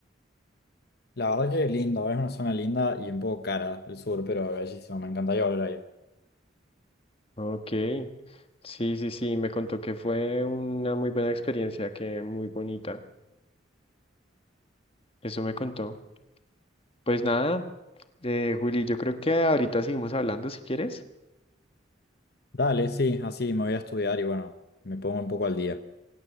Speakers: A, on the left; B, on the left.
A: La verdad que lindo, es una zona linda y un poco cara el sur, pero bellísimo, me encantaría volver ahí.
B: Ok. Sí, sí, sí, me contó que fue una muy buena experiencia, que muy bonita. Eso me contó. Pues nada, eh, Juli, yo creo que ahorita seguimos hablando si quieres.
A: Dale, sí, así me voy a estudiar y bueno, me pongo un poco al día.